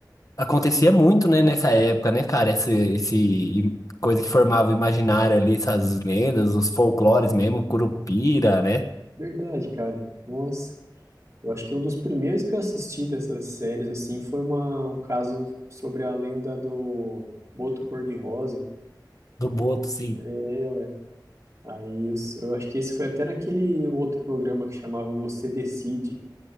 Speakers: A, on the left; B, on the right.
A: Acontecia muito, né, nessa época, né, cara? Essa esse im- coisa que formava o imaginário ali, essas lendas, os folclores mesmo, Curupira, né?
B: Verdade, cara. Nossa. Eu acho que um dos primeiros que eu assisti dessas séries, assim, foi uma, um caso sobre a lenda do Boto Cor-de-Rosa.
A: Do Boto, sim.
B: É, Aí eu, s- eu acho que esse foi até naquele outro programa que chamava Você Decide.